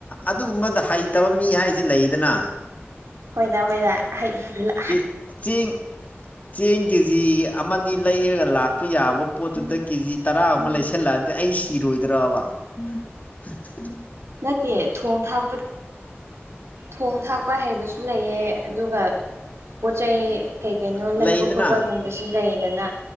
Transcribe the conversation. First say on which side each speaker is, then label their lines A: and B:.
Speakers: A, on the left (about 35°); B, on the right (about 90°).
A: ꯑꯗꯨꯒꯨꯝꯕꯗ ꯍꯩꯇꯕ ꯃꯤ ꯍꯥꯏꯁꯤ ꯂꯩꯗꯅ
B: ꯍꯣꯏꯗ ꯍꯣꯏꯗ ꯍꯩ ꯂ
A: ꯀ‌ꯤꯠ ꯆꯤꯡ ꯆꯦꯡ ꯀꯦ ꯖꯤ ꯑꯃꯅꯤ ꯂꯩꯔꯒ ꯂꯥꯛꯄ ꯌꯥꯕ ꯄꯣꯠꯇꯨꯗ ꯀꯦꯖꯤ ꯇꯔꯥ ꯃꯨꯛ ꯂꯩꯁꯜꯂꯛꯑ ꯗꯤ ꯑꯩ ꯁꯤꯔꯣꯏꯗ꯭ꯔꯕ
B: <unintelligible>
A: <unintelligible>
B: ꯅꯠꯇꯦ ꯊꯣꯡ ꯊꯥꯛꯄ ꯊꯣꯡ ꯊꯥꯛꯄ ꯍꯩꯕꯁꯨ ꯂꯩ‌ꯌ‌ꯦ ꯑꯗꯨꯒ ꯄꯣꯠ ꯆꯩꯩ ꯀꯩ ꯀꯩꯅꯣ
A: ꯂꯩꯗꯅ
B: ꯂꯩꯕ ꯈꯣꯠꯄꯒꯨꯝꯕꯁꯨ ꯂꯩꯌꯦꯗꯅ